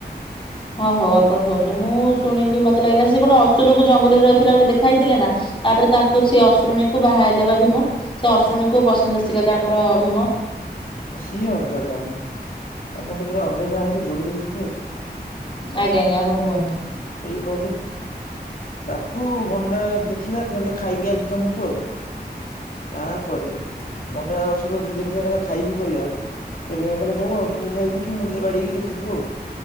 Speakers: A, on the left; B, on the left.
A: ହଉ ହଉ ଆପଣ କୁହନ୍ତୁ, ମୁଁ ଶୁଣିଲି ମତେ ଲାଗିଲା ସେ ଗୋଟେ ଅସୁରରକୁ ଜଙ୍ଗଲରେ ରହିଥିଲା ବେଳେ ଦେଖା ହେଇଥିଲେ ନା। ତାପରେ ତାଙ୍କର ସେ ଅସୁ ରୁଣୀଙ୍କୁ ବାହା ହେଲେ ବା ଭୀମ। ସେ ଅସୁରୁଣୀ ଙ୍କୁ ପସନ୍ଦ ଆସିଗଲେ ଆମର ଭୀମ।
B: ସିଏ ଅଲଗା କାହାଣୀ। ଆପଣ ତ ପୁରା ଅଲଗା କାହାଣୀ ଯୋଡ଼ି ଦଉଛନ୍ତି ଆଉ। ହଉ।
A: ଆଜ୍ଞା ଆଜ୍ଞା ଆପଣ କୁହନ୍ତୁ
B: ତ ଏଇ ଗଲେ। ତାକୁ କଣନା ଦେଖିଲା କହିଲା ଖାଇବି ଆଜି ତମକୁ ଆଉ। ତାପରେ ମଣ୍ଡା ଅସୁର ଦେଖିଲା କହିଲା ଖାଇବି କହିବା ସେତେଳେ ଭୀମ କହିଲେ ହଉ ଆଉ ତୁ ଖାଇବୁ କି ମୁଁ ତତେ ବାଡେଇବି ଦେଖାଯିବ ଆଉ।